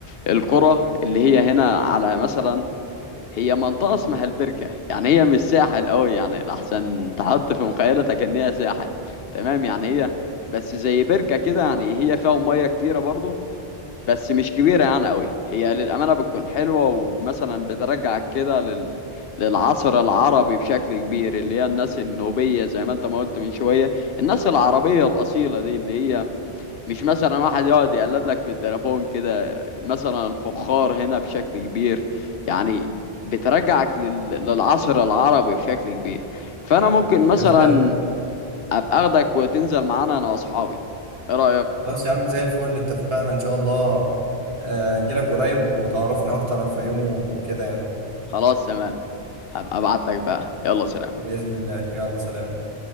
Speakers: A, on the left; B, on the right.
A: القرى اللي هي هنا على مثلا هي منطقة اسمها البركة يعني هي مش ساحل قوي يعني لحسن تحط في مخيلتك ان هي ساحل تمام يعني هي بس زي بركة كده يعني هي فيها مية كتيرة برضو بس مش كبيرة يعني قوي هي للأمانة بتكون حلوة ومثلا بترجعك كده لل... للعصر العربي بشكل كبير اللي هي الناس النوبية زي ما انت ما قلت من شوية الناس العربية الأصيلة دي اللي هي مش مثلا واحد يقعد يقلب لك في التليفون كده مثلا الفخار هنا بشكل كبير يعني بترجعك لل- للعصر العربي بشكل كبير فانا ممكن مثلا
B: جميله قوي
A: ابقى اخدك وتنزل معانا انا واصحابي ايه رأيك
B: خلاص يا عم زي الفل اتفقنا ان شاء الله آه، اجيلك قريب وتعرفنا اكتر عن الفيوم وكده يعني
A: خلاص تمام هبقى ابعت لك بقى يلا سلام
B: باذن الله يلا سلام